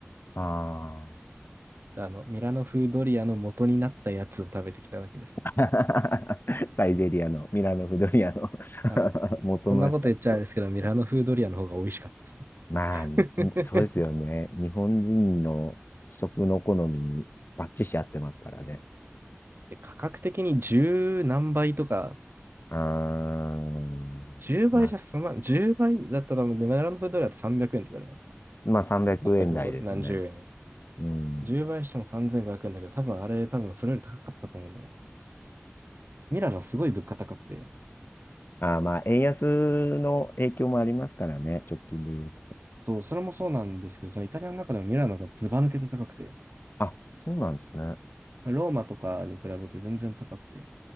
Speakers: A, on the left; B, on the right.
A: ああ。
B: であの、ミラノ風ドリアの元になったやつを食べてきただけですね。
A: <laughs> サイゼリアの、ミラノフドリアの
B: あの、
A: <laughs> 元のやった。
B: こんなこと言っちゃあれですけど、
A: そう。
B: ミラノ風ドリアの方が美味しかったです
A: まあね、
B: ね。
A: そうですよね。
B: <laughs>
A: 日本人の食の好みにバッチシ合ってますからね。
B: で価格的に十何倍とか、
A: うーん。
B: 10倍じゃ済まん、
A: まあ、す
B: 10倍だったら多分、ミラノ風ドリアって300円とかじゃないですか。
A: まあ、300円台ですね。
B: 350、何十円。
A: うん。
B: 10倍しても3500円だけど、多分あれ、多分それより高かったと思うんだよな。ミラノはすごい物価高くて、
A: あー、まあ、円安の影響もありますからね、直近で言うと。
B: とそれもそうなんですけど、そのイタリアの中でもミラノがずば抜けて高くて、
A: あ、そうなんですね。
B: まあローマとかに比べて全然高くて、